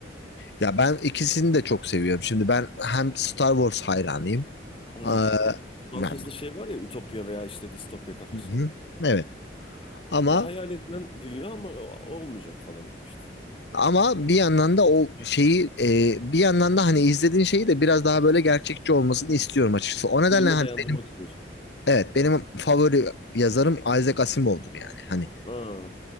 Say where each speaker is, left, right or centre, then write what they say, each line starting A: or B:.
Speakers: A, on the left; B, on the left.
A: Ya ben ikisini de çok seviyorum. Şimdi ben hem Star Wars hayranıyım.
B: Aynen.
A: Aa,
B: Fantezide
A: yani-
B: şey var ya ütopya veya işte distopya kafası.
A: Hı hı. Evet. Ama
B: Ya hayal edilen dünya ama o- olmayacak falan gibi işte.
A: Ama bir yandan da o şeyi e, bir yandan da hani izlediğin şeyi de biraz daha böyle gerçekçi olmasını istiyorum açıkçası. O nedenle
B: Bilime
A: hani
B: dayandırmak
A: benim
B: istiyorsun.
A: evet benim favori yazarım Isaac Asimov'dur yani. Hani
B: Aa,